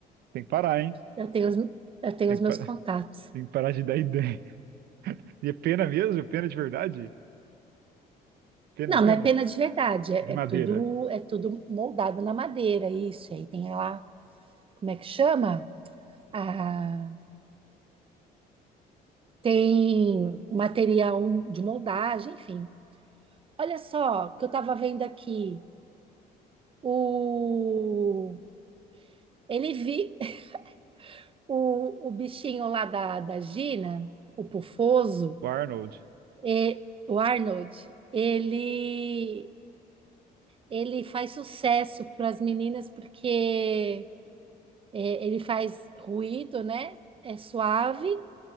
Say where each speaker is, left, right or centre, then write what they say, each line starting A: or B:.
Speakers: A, on the right (about 70°); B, on the right (about 30°).
A: Tem que parar, hein?
B: Eu tenho os, eu tenho
A: Tem
B: os
A: que
B: meus
A: parar,
B: contatos.
A: <laughs> tem que parar de dar <laughs> ideia. E é pena mesmo? Pena de verdade? Pena,
B: Não,
A: pena?
B: não é pena de verdade, é,
A: De
B: é
A: madeira.
B: tudo é tudo moldado na madeira, isso. Aí tem lá, como é que chama? Ah, tem material de moldagem, enfim. Olha só, o que eu estava vendo aqui, O... Ele vi <laughs> o, o bichinho lá da, da Gina, o Pufoso,
A: O Arnold.
B: e, o Arnold, ele, ele faz sucesso para as meninas porque é, ele faz ruído, né? É suave